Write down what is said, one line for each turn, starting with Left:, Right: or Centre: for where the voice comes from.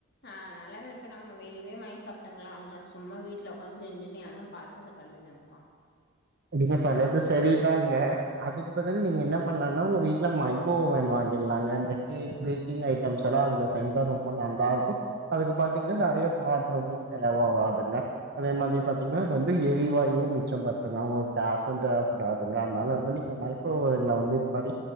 Left: அதனால இப்ப நம்ம வெளிவே வாங்கி சாப்ட்டங்களாங்க சும்மா வீட்லஉக்காந்து செஞ்சுனு எவன் பாத்ரத்த கழுவுனப்பா
Right: அப்டினா சொல்றது சரிதாங்க அதுக்கு பதில் நீங்க என்ன பண்லானா உங்க வீட்ல மைக்கோஓவ்வன் வாங் கில்லாங்க இந்த கேக் பேக்கிங் ஐட்டம்ஸ் எல்லா அதுல செஞ்சா ரொம்ப நல்லா இருக்கு அதுக்கு பாத்தீங்ன்னா நெறைய பாத்ரமு செலவாவாதுங்க அதே மாதிரி பாத்தீங்கன்னா இது வந்து எரிவாயுவு மிச்சோ பண் ணுங்க உங்க கேசு தேவப்படாதுங்க அதுனால வந்து நீங்க மைக்கோவோவன்ல வந்து இது மாரி